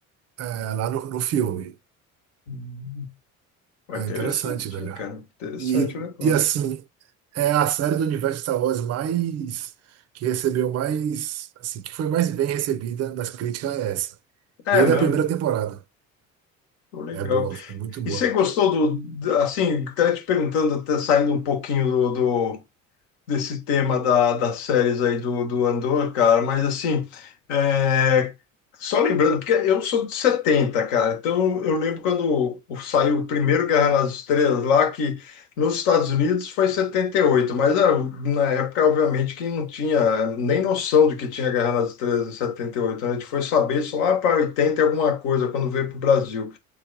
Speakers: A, on the right; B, on the left.
A: eh, lá no, no filme.
B: Hum. Pô,
A: É
B: Interessante,
A: interessante, velho.
B: hein, cara? Interessante
A: E,
B: o negócio.
A: e assim, É a série do universo Star Wars mais que recebeu mais, assim, que foi mais bem recebida nas críticas é essa. Desde
B: É mesmo,
A: a primeira temporada.
B: pô, legal.
A: É, é boa, é muito boa.
B: E você gostou do, da- assim, até te perguntando, até saindo um pouquinho do, desse tema da, das séries aí do, do Andor, cara, mas assim, é, só lembrando, porque eu sou de 70 cara, então eu lembro quando o- saiu o primeiro Guerra nas Estrelas lá, que nos Estados Unidos foi 78 mas ah, na época, obviamente, que não tinha nem noção de que tinha Guerra nas Estrelas em 78, né? A gente foi saber só lá para 80 e alguma coisa, quando veio para o Brasil,